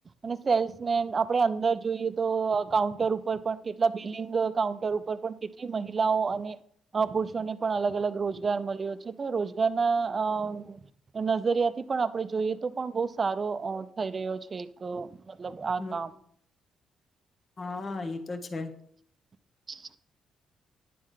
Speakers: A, on the right (about 35°); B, on the left (about 40°).
A: અને સેલ્સમેન આપણે અંદર જોઈએ તો કાઉન્ટર ઉપર પણ કેટલા બિલિંગ કાઉન્ટર ઉપર પણ કેટલી મહિલાઓ અને પુરુષોને પણ અલગ અલગ રોજગાર મળ્યો છે તો રોજગારના નજરિયાથી પણ આપડણે જોઈએ તો પણ બહ સારો થઈ રહ્યો છે એક મતલબ આ
B: હમ
A: કામ
B: હા એ તો છે.
A: <inaudible>